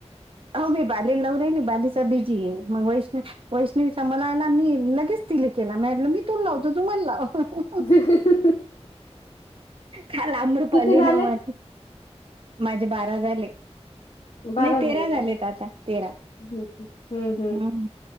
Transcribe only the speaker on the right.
हाव मी बालीला लावून राहिली बालीचा बिझीये आहे मग वैष्णवी वैष्ण तिचा मला आला मी लगेच तिला केला माटलं मी तो लावतो तुम्हाला लाव.
काल आम्रपालीने
वा माझे बारा झाले.
नाही तेरा
झालेत
आता तेरा
ह.